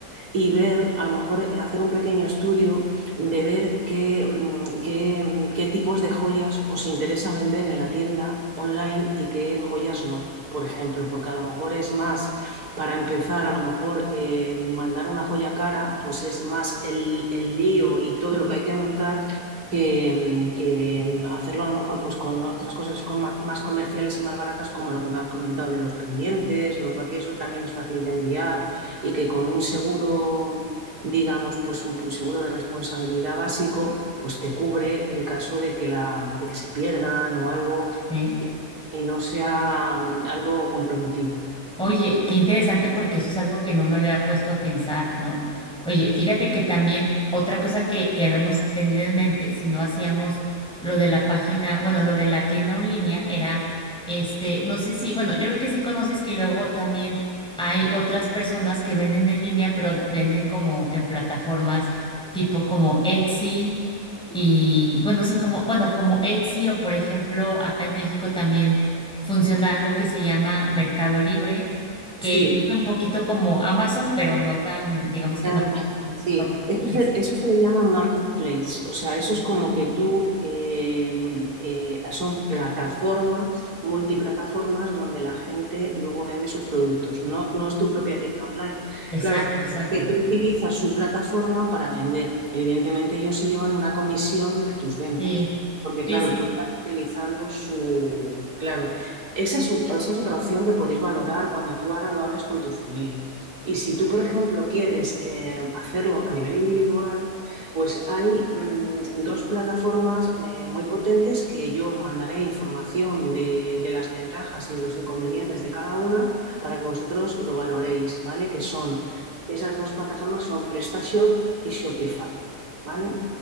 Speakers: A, on the right; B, in the centre.
A: y ver, a lo mejor eh, hacer un pequeño estudio de ver qué, mm, qué, qué tipos de joyas os interesa vender en la tienda online y qué joyas no por ejemplo, porque a lo mejor es más, para empezar, a lo mejor eh, mandar una joya cara, pues es más el, el, lío y todo lo que hay que montar que, mm, que mm, hacerlo a lo mejor pues con otras cosas con más, más, comerciales y más baratas, como lo que me has comentado de los pendientes, los que también es fácil de enviar, y que con un seguro, digamos, pues un, un seguro de responsabilidad básico, pues te cubre el caso de que, la, de que se pierdan o algo
B: ¿ok?
A: y, y no sea mm, algo comprometido.
B: Oye, qué interesante porque eso es algo que no me había puesto a pensar, ¿no? Oye, fíjate que también otra cosa que, que habíamos tenido en mente, si no hacíamos lo de la página, bueno, lo de la tienda en línea era, este, no sé si, bueno, yo creo que sí conoces que luego también hay otras personas que venden en línea, pero venden como en plataformas tipo como Etsy y, bueno, sí, como, bueno, como Etsy o por ejemplo acá en México también funciona algo que se llama Mercado Libre, que
A: Sí,
B: es un poquito como Amazon, pero no tan, digamos que
A: Claro,
B: no tiene.
A: sí.
B: pa-
A: Eso se,
B: Exacto,
A: eso se le llama marketplace. O sea, eso es como que tú, eh, eh, son plataformas, multiplataformas, donde la gente luego vende sus productos. No, no es tu propia tienda online.
B: exacto,
A: Claro,
B: exacto.
A: que tú utilizas su plataforma para vender. Evidentemente ellos se llevan una comisión de tus ventas.
B: Sí,
A: Porque
B: sí,
A: claro,
B: sí.
A: tú estás utilizando su... Claro, esa es, un- esa es otra opción que podéis valorar cuando tú ahora lo hables con tu familia. Y si tú, por ejemplo, quieres eh, hacerlo a nivel individual, pues hay mm, dos plataformas eh, muy potentes que yo os mandaré información de, de, las ventajas y de los inconvenientes de cada una para que vosotros lo valoréis, ¿vale? Que son, esas dos plataformas son PrestaShop y Shopify, ¿vale?